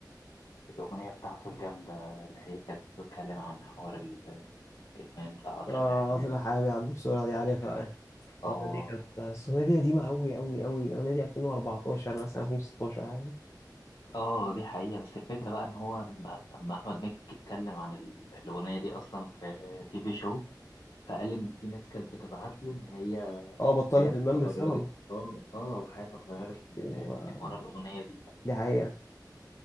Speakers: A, on the left (about 75°); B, on the left (about 40°).
A: الأغنية بتاعته الجامدة اللي هي كانت بتتكلم عن حوار ال- الإدمان بتاع قطر
B: اه
A: الحياة
B: طلع
A: دي
B: حبيبي عدي بسرعه دي عارفها يعني
A: آه
B: الاغنيه دي كانت بس الاغنيه دي قديمه قوي قوي قوي الاغنيه دي 2014 مثلا 2016 يعني
A: آه دي حقيقة بس الفكرة بقى إن هو ما ما أحمد مكي اتكلم عن ال- الأغنية دي أصلا في تي في شو فقال إن في ناس كانت بتبعت له إن هي
B: اه بطلت
A: حياتها
B: ادمان
A: اتغيرت
B: بسببه
A: آه آه وحياتها اتغيرت آه،
B: و-
A: من ورا الأغنية دي
B: دي حقيقة